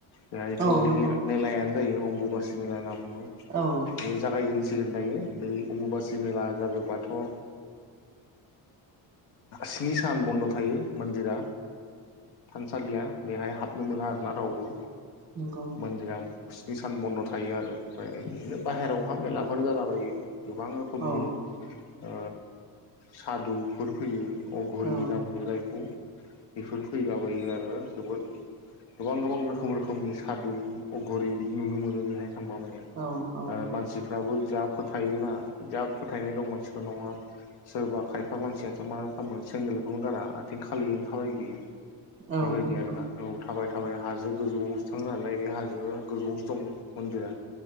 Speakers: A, on the left (about 60°); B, on the right (about 25°).
A: बेहायथ'
B: औ नंगौ
A: मे-मेलायानो जायो। अमबुबासि मेला होननाय दङ
B: औ
A: बेयो जागायदों सिगोन दायो बै अमुबासि मेला जायोबाथ'ओ स्नि सान बन्द' थायो मोन्दिरा थानसालिया बेहाय हाबनो मोना आरो दाना रावबो
B: नंगौ
A: मोनजाया स्नि सान बन्द' थायो आरो ओमफाय इदिनो बायहेरायावहा मेलाफोर जालाबायो गोबां रोखोमनि
B: औ
A: ओ सादुफोर फैयो अघरि
B: औ
A: होनना बुङो जायखौ बेफोर फैलाबायो आरो जोबोद गोबां गोबां रोखोम रोखोमनि सादु अघरि बिदि नुनो मोनो बेहाय थांबा माने
B: औ औ
A: आरो मानसिफ्राबो जा फोथायोना जा फोथायनाय दं मानसिफोरनाव सोरबा खायफा मानसियाथ' मा खामो सेन्देलखौनो गारा आथिं खालियो थाबाय बोयो।
B: औ
A: बेबायदि
B: नंगौ
A: आरोना औ। थाबायना हाजो गो <unintelligible> गोजौआवसो दं मन्दिरा,